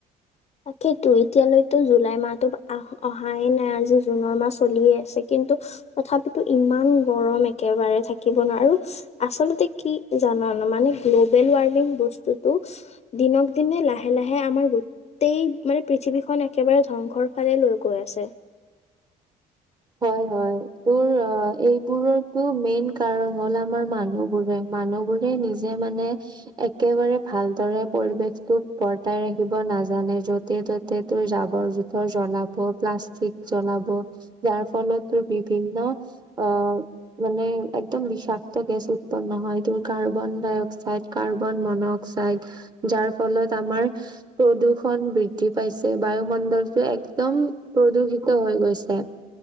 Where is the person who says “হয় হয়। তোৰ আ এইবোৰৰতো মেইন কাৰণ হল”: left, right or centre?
Right